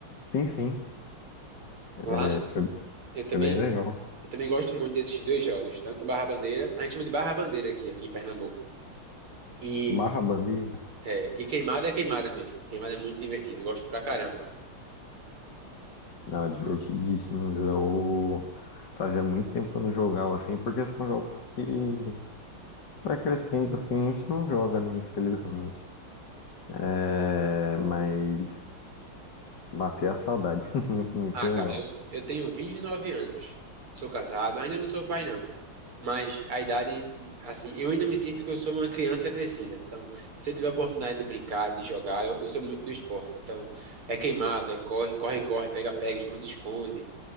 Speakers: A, on the left (about 55°); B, on the right (about 85°).
A: sim, sim,
B: Lá,
A: é, foi,
B: eu também,
A: foi bem legal.
B: eu também gosto muito desses dois jogos, tanto Barra Bandeira, a gente chama de Barra Bandeira aqui, aqui em Pernambuco. E,
A: Barra bandeira.
B: é, e queimada é queimada mesmo. Queimada é muito divertido, eu gosto pra caramba.
A: Não, é divertidíssimo. Eu fazia muito tempo que eu não jogava assim, porque são jogos que para crescendo assim a gente não joga, né, infelizmente. É, mas bater a saudade, <laughs> muito
B: Ah,
A: legal.
B: cara, eu, eu tenho 29 anos. Sou casado, ainda não sou pai, não. Mas a idade, assim, eu ainda me sinto que eu sou uma criança crescida. Então, se eu tiver a oportunidade de brincar, de jogar, eu, eu sou muito do esporte. Então, é queimado, é corre, corre, corre, pega, pega, esconde, esconde,